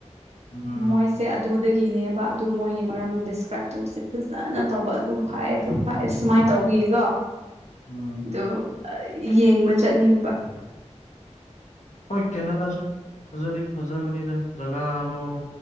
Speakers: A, on the left (about 70°); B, on the right (about 60°).
A: ꯎꯝ
B: ꯃꯣꯏꯁꯦ ꯑꯗꯨꯗꯒꯤꯅꯦꯕ ꯑꯗꯨ ꯃꯣꯏꯒꯤ ꯃꯔꯝ ꯗꯤꯁꯀ꯭ꯔꯥꯏꯞ ꯇꯧꯕꯁꯦ ꯐꯖꯅ ꯇꯧꯕ ꯑꯗꯨꯝ <unintelligible> ꯁꯨꯃꯥꯏ ꯇꯧꯕꯤꯒꯣ
A: ꯎꯝ
B: ꯗꯣ ꯑ ꯌꯦꯡꯕ ꯆꯠꯅꯤꯡꯕ꯫
A: ꯍꯣꯏ ꯀꯦꯅꯥꯗꯥꯖꯨ ꯐꯖꯗꯤ ꯐꯖꯒꯅꯤꯗ ꯖꯒꯥꯗꯣ